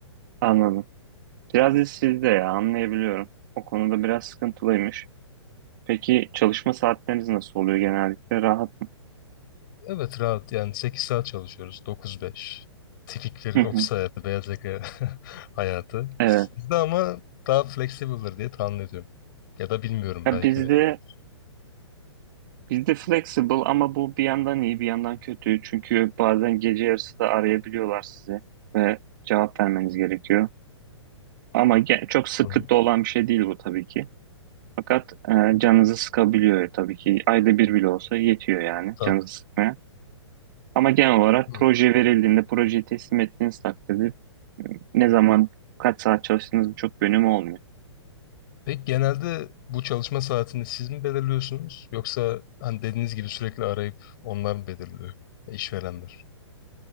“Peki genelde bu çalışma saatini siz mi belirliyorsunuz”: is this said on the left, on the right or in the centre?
Left